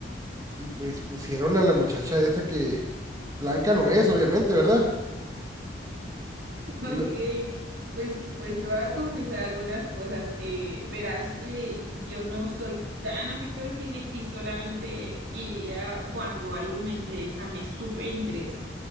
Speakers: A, on the right (about 20°); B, on the right (about 75°).
A: y pues pusieron a la muchacha esta que blanca no es, obviamente, ¿verdad?
B: Ok,
A: Y lo-
B: pues, pues te voy a confesar algunas cosas. Eh, verás que yo no soy tan afecto al cine y solamente iría cuando algo me interesa, me súper interesa.